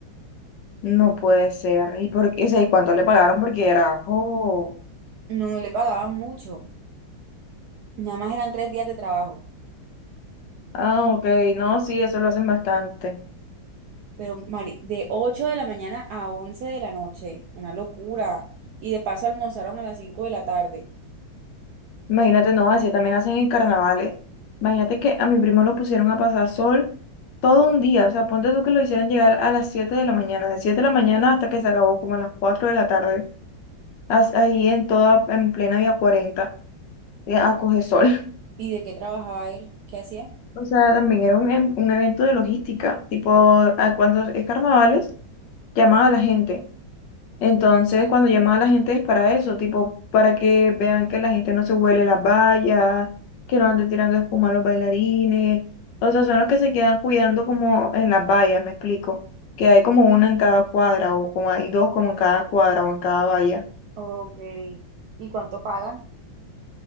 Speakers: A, on the left; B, on the right.
A: No puede ser. ¿Y por qué? O sea, ¿y cuánto le pagaron? Porque era, oh,
B: No, no le pagaban mucho, nada más eran tres días de trabajo.
A: ah, ok, no, sí, eso lo hacen bastante.
B: Pero, Mari, de 8 de la mañana a 11 de la noche, una locura. Y de paso almorzaron a las 5 de la tarde.
A: Imagínate, no, así también hacen en carnavales. Imagínate que a mi primo lo pusieron a pasar sol todo un día. O sea, ponte tú que lo hicieran llegar a las 7 de la mañana, de 7 de la mañana hasta que se acabó como a las 4 de la tarde, as- ahí en toda, en plena Vía 40, eh, a coger sol.
B: ¿Y de qué trabajaba él? ¿Qué hacía?
A: O sea, también era un, em- un evento de logística, tipo, a- cuando es carnavales, llaman a la gente. Entonces, cuando llaman a la gente es para eso, tipo, para que vean que la gente no se huele las vallas, que no ande tirando espuma a los bailarines. O sea, son los que se quedan cuidando como en las vallas, me explico. Que hay como una en cada cuadra, o como hay dos como en cada cuadra o en cada valla.
B: Ok. ¿Y cuánto pagan?